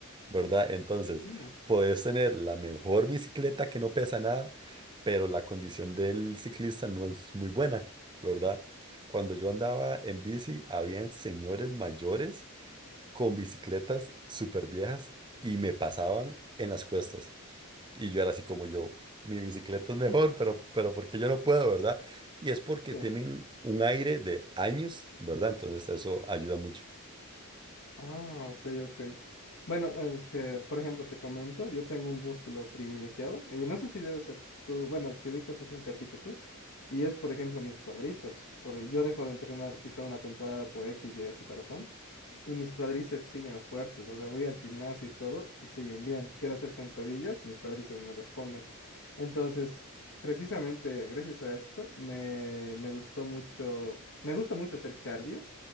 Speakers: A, on the right; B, on the left.
A: ¿verdad? Entonces,
B: Mm.
A: puedes tener la mejor bicicleta que no pesa nada, pero la condición del ciclista no es muy buena, ¿verdad? Cuando yo andaba en bici, habían señores mayores con bicicletas súper viejas y me pasaban en las cuestas. Y yo era así como yo, mi bicicleta es mejor, pero, pero porque yo no puedo, ¿verdad? Y es porque
B: sí.
A: tienen un aire de años, ¿verdad? Entonces eso ayuda mucho.
B: Ah, ok, ok. Bueno, es que, por ejemplo, te comento, yo tengo un músculo privilegiado, y no sé si debe ser tú, bueno, si ubicas es un cachito tú, y es, por ejemplo, mis cuádriceps. Por, yo dejo de entrenar quizá una temporada por X y esa razón, y mis cuádriceps siguen fuertes, o sea, voy al gimnasio y todo, y siguen bien. Quiero hacer sentadillas, mis cuádriceps me responden. Entonces, precisamente gracias a esto, me, me gustó mucho, me gusta mucho hacer cardio.